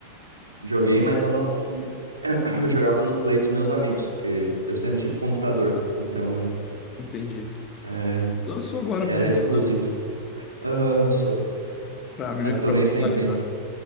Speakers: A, on the right; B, on the left.
A: Joguei, mas eu não. <clears throat> Eu jogava no Play dos meus amigos, porque eu sempre tive computador. Então,
B: Entendi.
A: é,
B: Lançou agora
A: era
B: para computador,
A: exclusivo. Aham, lançou.
B: para meio
A: Mas tomei
B: que para popularizar.
A: sem tempo.